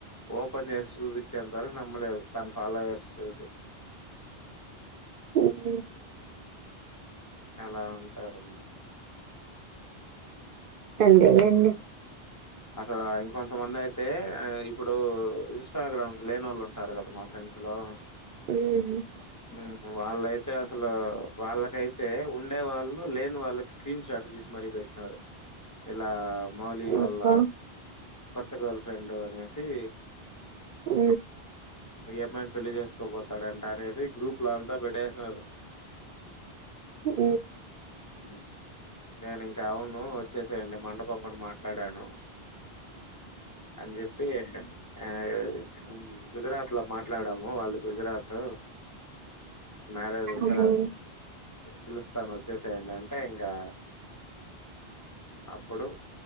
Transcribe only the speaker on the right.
ఉహు
అంతేలేండి
ఉహు
అబ్బా
ఊ
ఉ
ఉమ్